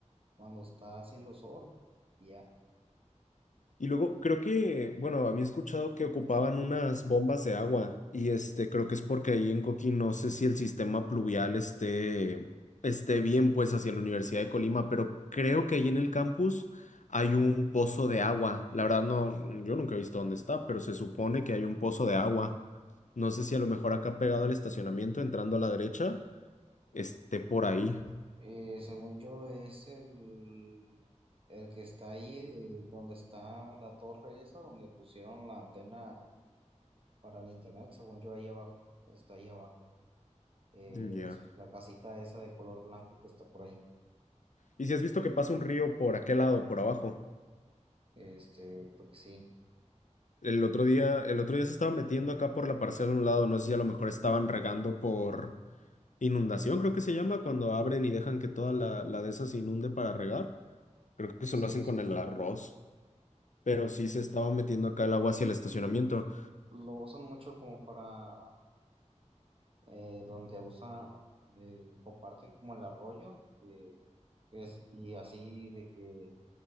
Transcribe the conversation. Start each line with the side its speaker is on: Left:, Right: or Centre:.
Right: cuando está haciendo sol, y ya.
Left: Y luego creo que, bueno, había escuchado que ocupaban unas bombas de agua y este, creo que es porque ahí en Coquín no sé si el sistema pluvial esté, esté bien pues hacia la Universidad de Colima, pero creo que ahí en el campus hay un pozo de agua. La verdad no, yo nunca he visto dónde está, pero se supone que hay un pozo de agua. No sé si a lo
Right: Eh,
Left: mejor acá pegado al estacionamiento, entrando a la derecha, esté por ahí.
Right: eh, según yo, es el, el que está ahí, eh, donde está la torre esa, donde pusieron la antena para el internet, según yo, ahí abajo, está ahí abajo. Eh,
Left: Ya.
Right: es la casita esa de color blanco que está por ahí.
Left: ¿Y si has visto que pasa un río por aquel lado, por abajo?
Right: Este, creo que sí,
Left: El otro día, el otro día se estaba metiendo acá por la parcela a un lado, no sé si a lo mejor estaban regando por inundación, creo que se llama, cuando abren y dejan que toda la, la de esas se inunde para regar. Creo que eso
Right: sí,
Left: lo hacen
Right: sí.
Left: con el arroz, pero sí se estaba metiendo acá el agua hacia el estacionamiento.
Right: Y lo usan mucho como para eh, donde usa, eh, comparten como el arroyo, eh, es, y así de que